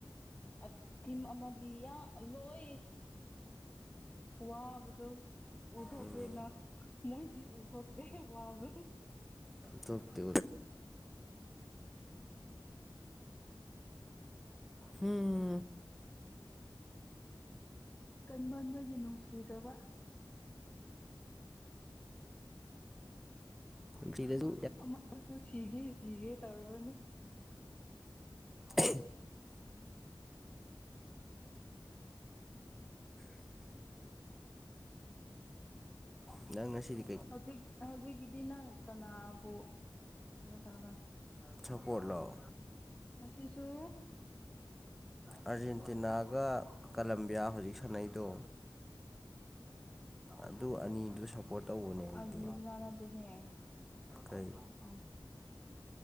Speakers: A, on the left; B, in the centre.
A: ꯎꯝ ꯊꯤꯝ ꯑꯃꯗꯤ ꯂꯣꯏ ꯋꯥꯕꯗꯨ ꯎꯠꯊꯣꯛꯅ
B: ꯎꯝ
A: ꯃꯣꯏꯗꯤ ꯎꯠꯊꯣꯛꯇ ꯋꯥꯕ
B: ꯊꯞ ꯇ ꯍꯝ
A: ꯀꯟꯕꯥꯟꯕꯒꯤ ꯅꯨꯡꯁꯤꯈ꯭ꯔꯕ
B: ꯀꯔꯤꯗꯁꯨ
A: ꯑꯃꯕꯨꯁꯨ ꯁꯤꯒꯦ ꯁꯤꯒꯦ ꯇꯧꯔꯅꯦ
B: <unintelligible> ꯎ ꯂꯅ ꯁꯤꯗꯤ
A: ꯍꯧꯖꯤꯛ ꯍꯧꯖꯤꯛꯀꯤꯗꯤ ꯅꯪ ꯀꯅꯥꯕꯨ ꯀꯩꯅꯣ ꯇꯧꯔꯣ
B: ꯆꯄꯣꯠ ꯂꯣ ꯑꯣ
A: ꯑꯁꯤꯁꯨ
B: ꯑꯥꯔꯖꯦꯟꯇꯤꯅꯥꯒ ꯀꯂꯝꯕꯤꯌꯥ ꯍꯧꯖꯤꯛ ꯁꯥꯟꯅꯩꯗꯣ ꯑꯗꯨ ꯑꯅꯤꯗꯨ ꯁꯞꯄꯣꯔ꯭ꯠ ꯇꯧꯕꯅꯦ ꯑꯩꯗꯤ
A: ꯑꯥꯔꯖꯦꯟꯇꯤꯅꯥ ꯅꯠꯇꯦꯍꯦ
B: ꯀꯩ
A: ꯑꯧ